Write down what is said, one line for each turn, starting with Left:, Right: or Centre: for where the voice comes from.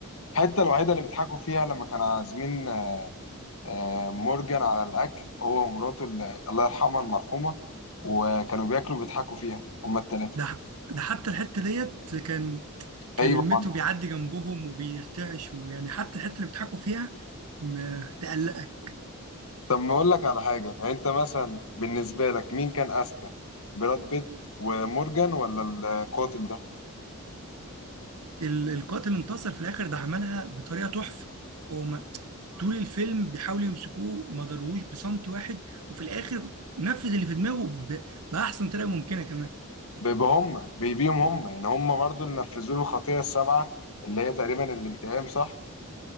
Left: الحته الوحيده اللي بيضحكوا فيها لما كان عازمين آه، مورجان على الأكل هو ومراته اللي الله يرحمها المرحومة وكانوا بياكلوا بيضحكوا فيها هما التلاتة
Right: ده ده حتى الحتة ديت كان كان
Left: أي
Right: المترو
Left: بعض
Right: بيعدي جنبهم وبيرتعش ويعني حتى الحتة اللي بيضحكوا فيها ما تقلقك
Left: طب ما أقول لك على حاجة يعني أنت مثلا بالنسبة لك مين كان أذكى براد بيت ومورجان ولا القاتل ده
Right: ال- القاتل انتصر في الاخر ده عملها بطريقة تحفة هو طول الفيلم بيحاولوا يمسكوه ما ضروهوش بصمت واحد وفي الاخر نفذ اللي في دماغه ب... باحسن طريقه ممكنه كمان
Left: بيبقى هما بيبيهم هما يعني هما برضو اللي نفذوا له الخطية السبعة اللي هي تقريبا الانتقام صح